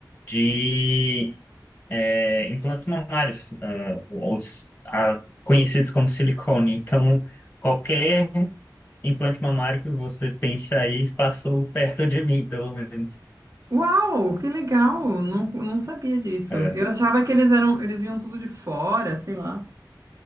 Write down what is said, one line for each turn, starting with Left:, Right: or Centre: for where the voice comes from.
Left: de é, implantes mamários, ah, os ah, conhecidos como silicone. Então, qualquer implante mamário que você pense aí passou perto de mim, pelo menos.
Right: Uau, que legal! Não, não sabia disso.
Left: É,
Right: Eu achava que eles eram, eles vinham tudo de fora, sei lá.